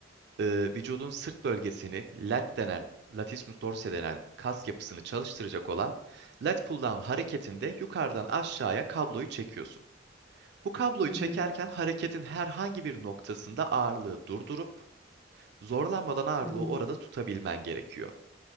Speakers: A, on the right; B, in the centre.
A: e, vücudun sırt bölgesini lat denen, latissimus dorsi denen kas yapısını çalıştıracak olan lat pull down hareketinde yukarıdan aşağıya kabloyu çekiyorsun. Bu kabloyu
B: Hı
A: çekerken
B: hı,
A: hareketin herhangi bir noktasında ağırlığı durdurup zorlanmadan ağırlığı
B: hı hı,
A: orada tutabilmen gerekiyor